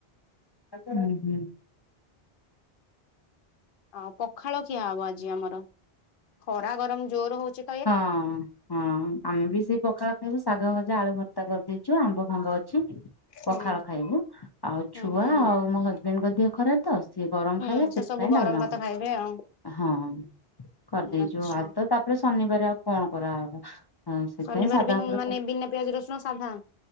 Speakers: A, on the left (about 40°); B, on the left (about 60°).
A: <inaudible>
B: ଆ ପଖାଳ ଖିଆ ହବ ଆଜି ଆମର ଖରା ଗରମ ଜୋର ହଉଚି,
A: ହଁ ହଁ ଆମେ ବି ସେ ପଖାଳ ଶାଗ ଭଜା ଆଳୁ ଭର୍ତା କରିଦେଇଚୁ ଆମ୍ବ ଫାମ୍ବ ଅଛି। ପଖାଳ
B: ହୁଁ
A: ଖାଇବୁ। ଆଉ
B: ହୁଁ
A: ଛୁଆ
B: ହୁଁ ହୁଁ।
A: ଆଉ ମୋ ହଜବେଣ୍ଡଙ୍କ ଦିହ ଖରାପ୍ ତ ସିଏ ଗରମ
B: ହୁଁ
A: ଖାଇବେ
B: ସେ
A: ସେଥିପାଇଁ
B: ସବୁ ଗରମ
A: ଡାଲମା
B: ଭାତ ଖାଇବେ ଆଉ
A: ହଁ କରିଦେଇଚୁ।
B: ଆଚ୍ଛା।
A: ଆଜି ତ ତାପରେ ଶନିବାର ଆଉ କଣ କରାହବ। ହଁ ସେଥିପାଇଁ
B: ଶନିବାର
A: ସାଧା
B: ବି
A: ଉପରେ
B: ମାନେ ବିନା ପିଆଜ ରସୁଣ ସାଧା।